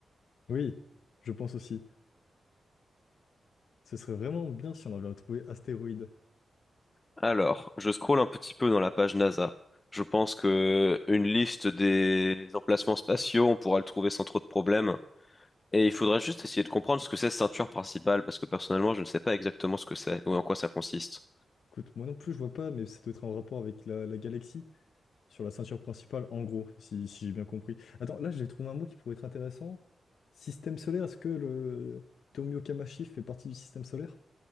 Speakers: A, on the left; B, on the left.
A: Oui, je pense aussi. Ce serait vraiment bien si on avait à trouver astéroïde.
B: Alors, je scrolle un petit peu dans la page NASA. Je pense que une liste des emplacements spatiaux, on pourra le trouver sans trop de problèmes. Et il faudra juste essayer de comprendre ce que c'est ceinture principale, parce que personnellement, je ne sais pas exactement ce que c'est ou en quoi ça consiste.
A: Écoute, moi non plus, je vois pas, mais ça doit être en rapport avec la, la galaxie, sur la ceinture principale, en gros, si, si j'ai bien compris. Attends, là, j'ai trouvé un mot qui pourrait être intéressant. Système solaire, est-ce que le Tomio Kamashi fait partie du système solaire?